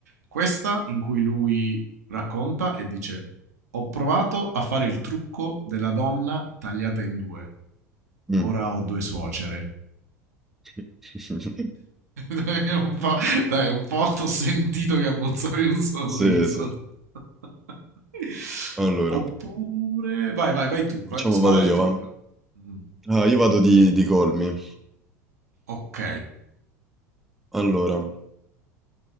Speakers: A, on the right; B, in the centre.
A: questa in cui lui racconta e dice: Ho provato a fare il trucco della donna tagliata in due.
B: Mm.
A: Ora ho due suocere.
B: <laughs>
A: <laughs> dai, un po', dai, un po' t'ho sentito che abbozzavi un sorriso.
B: Sì, sì.
A: <laughs>
B: Allora,
A: Oppure, vai, vai, vai tu, vai,
B: facciamo,
A: sparane
B: vado io,
A: tu.
B: va.
A: Mm,
B: Ah, io vado di, di colmi.
A: Ok,
B: Allora,